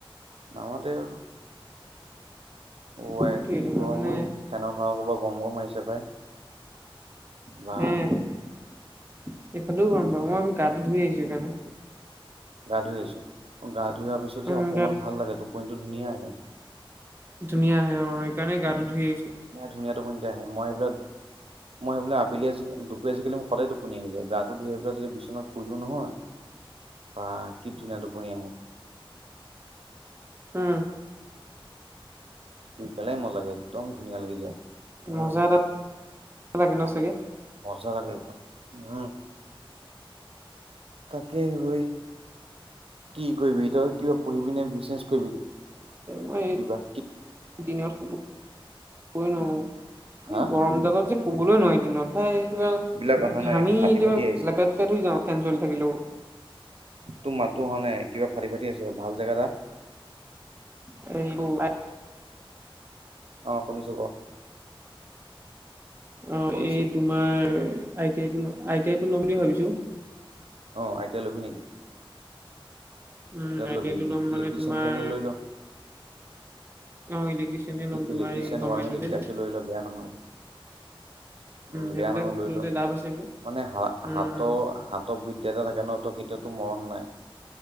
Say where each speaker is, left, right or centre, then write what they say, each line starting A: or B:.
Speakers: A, on the right; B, on the right.
A: নামাতেও অ
B: উম
A: আই
B: সেইটোয়ে
A: কি
B: তোমাৰ
A: গৰম
B: মানে
A: ঐ ফেনৰ হাৱা সোপা গৰম গৰম আহিছে পাই বা
B: এ এইফালেও গৰম বাৰু মই গাটো ধুই আহিছো সেইকাৰণে
A: গা ধুই আহিছ গা ধুই আহা পিছত
B: উম
A: যে অকনমান
B: গাটো
A: ভাল লাগে টোপনিতো ধুনীয়া আহে
B: ধুনীয়া আহে অ সেইকাৰণে গাটো ধুই আহিছো
A: এ ধুনীয়া টোপনি এটা আহে মই সেইবিলাক মই সেইবিলাক আবেলি আজি আজিকালি সদায় টোপনি আহি যাই গাটো ধুই আহি পেলাই যদি বিছনাত শুই দিও নহয় বা কি ধুনীয়া টোপনি আহে
B: উম
A: শুই পেলাই মজাকে একদম ধুনীয়া লাগি যায় উম
B: মজা তাত এটা লাগে ন চাগে
A: মজা লাগে একদম উম তাকে ঐ কি কৰিবি তই কিবা পঢ়িবি নে বিজনেচ কৰিবি
B: মই এই
A: কিবা
B: দিনত শুবই নোৱাৰো
A: হা
B: এই গৰম দালত যে শুবলৈ নোৱাৰি দিনত পাই কিবা
A: এইবিলাক অহা নাই
B: ঘামি
A: ফাটি
B: কিবা
A: ফাটি আহিছে
B: লেপেট পেট হৈ যাওঁ ফেন চলি থাকিলেও
A: তো মাততো আহা নাই কিবা ফাটি ফাটি আহিছে ভাল জেগাট আ
B: <unintelligible>
A: অ শুনিছোঁ ক
B: অ
A: শুনিছো
B: এই তোমাৰ I T I I T I টো ল'ম বুলি ভাবিছোঁ
A: অ আই টি আই লবি নেকি
B: উম
A: কিহত
B: আই
A: ল'বি
B: টি আইটো লম মানে
A: ইলেক্ট্ৰিচিয়ান
B: তোমাৰ
A: নে লৈ ল
B: অ ইলেকট্ৰিচিয়ানে ল'ম তোমাৰ
A: ইলেক্ট্ৰিচিয়ান
B: গভমেণ্টতে
A: ৱাৰমেন এইবিলাকে
B: ল'ম
A: লৈ ল বেয়া নহয় উম
B: সেইবিলাক
A: বেয়া নহয় লৈ
B: ললে
A: ল
B: লাভ আছে বোলে
A: মানে হা
B: উম
A: হাতৰ
B: উম
A: হাত হাত বিদ্যা থাকে ন ত বিদ্যাতো মৰণ নাই